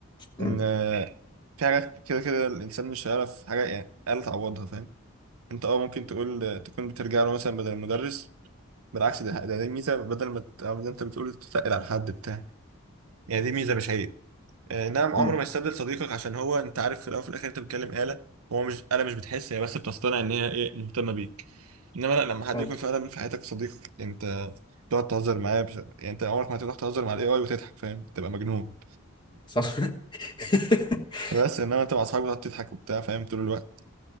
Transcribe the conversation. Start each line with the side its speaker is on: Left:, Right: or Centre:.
Left: امم
Right: ان آه، في حاجات كده كده الانسان مش هيعرف حاجه يعني آلة تعوضها فاهم انت اه ممكن تقول تكون بترجع له مثلا بدل المدرس بالعكس ده ده دي ميزه بدل ما ت- ما انت بتقول تتقل على حد بتاع يعني دي ميزه مش عيب آه، نعم عمر
Left: امم
Right: ما يستبدل صديقك عشان هو انت عارف في الاول وفي الاخر انت بتتكلم آلة هو مش آلة مش بتحس هي بس بتصطنع ان هي ايه مهتمه بيك انما لا لما حد
Left: فهمت
Right: يكون فعلا في حياتك صديقك انت تقعد تهزر معاه بش... يعني انت عمرك ما هتروح تهزر مع الاي اي وتضحك فاهم تبقى مجنون
Left: صح <laughs>
Right: <laughs> بس انما انت مع اصحابك بتقعد تضحك وبتاع فاهم طول الوقت